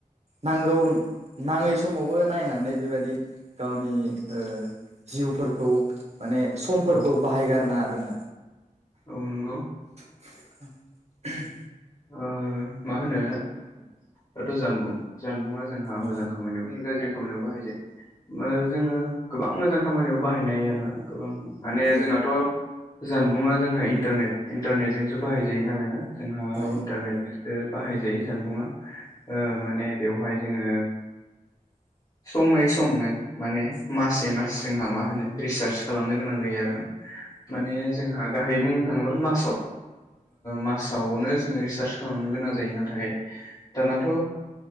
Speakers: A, on the right; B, on the left.
A: नांगौ नाङै समावबो नायनानै बेबायदि गावनि ओ जिउफोरखौ माने समफोरखौ
B: औ
A: बाहायगारनाङा आरोना
B: औ नंगौ
A: ओहम
B: ओ मा होनो दाथ' जानबुं जानबुंआ जोंहा मोजां
A: औ
B: खामानियाव आरो गाज्रि खामानियाव बाहायजायो ओ जोङो गोबां मोजां खामानियाव बाहायनो हायो आरोना गोबां माने
A: औ
B: जोंहाथ' जानबुंङा जोंहा इन्टारनेट इन्टारनेटजोंसो बाहायजायो नालाय ना जोंहा
A: औ
B: इन्टारनेटजोंसो बाहाय जायो जानबुंङा ओ माने बेवहाय जोङो <inaudible> समै समनो माने मासै मास जोंहा मा होनो रिसार्च खालामनो गोनां जायो आरो ना माने जोंहा गाहायै बुंनो थाङोब्ला मासाव मासावनो जोङो रिसार्च खालामनो गोनां जायो नाथाय दानाथ'